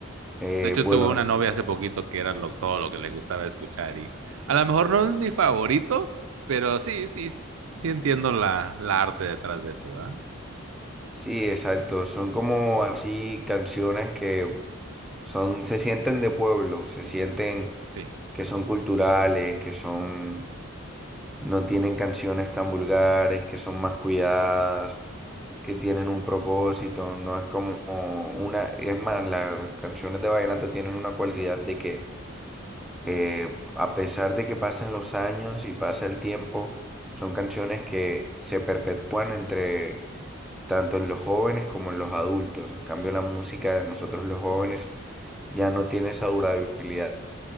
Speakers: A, in the centre; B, on the right (about 75°).
A: eh,
B: De hecho,
A: bueno,
B: tuve una
A: es-
B: novia hace poquito que era lo- todo lo que le gustaba escuchar y a lo mejor no es mi favorito, pero sí, sí, sí entiendo la, la arte detrás de eso, ¿verdad?
A: Sí, exacto. Son como así canciones que son, se sienten de pueblo, se sienten
B: Sí.
A: que son culturales, que son, no tienen canciones tan vulgares, que son más cuidadas, que tienen un propósito. No es como una, es más, las canciones de vallenato tienen una cualidad de que eh, a pesar de que pasen los años y pasa el tiempo, son canciones que se perpetúan entre tanto en los jóvenes como en los adultos. En cambio, la música de nosotros los jóvenes ya no tiene esa durabilidad